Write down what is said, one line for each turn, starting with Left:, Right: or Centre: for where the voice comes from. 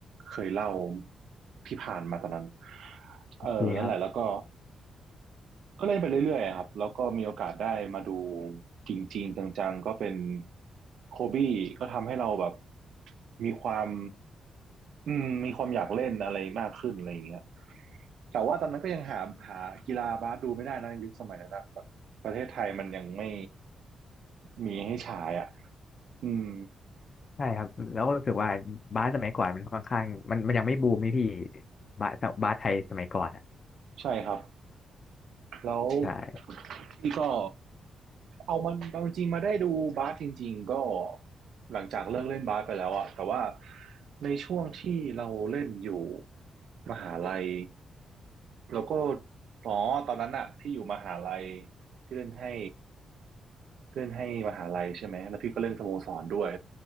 Right: เคยเล่าที่ผ่านมาตอนนั้น
Left: โอเคครับ
Right: เออนั่นแหละแล้วก็ ก็เล่นไปเรื่อยๆครับแล้วก็มีโอกาสได้มาดูจริงๆจังๆก็เป็นโคบี้ก็ทำให้เราแบบมีความอืมมีความอยากเล่นอะไรมากขึ้นอะไรอย่างเงี้ยแต่ว่าตอนนั้นก็ยังหาหากีฬาบาสดูไม่ได้นะยุคสมัยนั้นนะแบบประเทศไทยมันยังไม่มีให้ฉายอ่ะอืม
Left: ใช่ครับแล้วก็รู้สึกว่าบาสสมัยก่อนมันค่อนข้างมันมันยังไม่บูมนี่พี่บาสบาสไทยสมัยก่อนอ่ะ
Right: ใช่ครับแล้ว
Left: ใช่
Right: พี่ก็เอามันเอาจริงๆมาได้ดูบาสจริงๆก็หลังจากเลิกเล่นบาสไปแล้วอะแต่ว่าในช่วงที่เราเล่นอยู่มหาลัยแล้วก็อ๋อตอนนั้นอะพี่อยู่มหาลัยพี่เล่นให้เล่นให้มหาลัยใช่ไหมแล้วพี่ก็เล่นสโมสรด้วย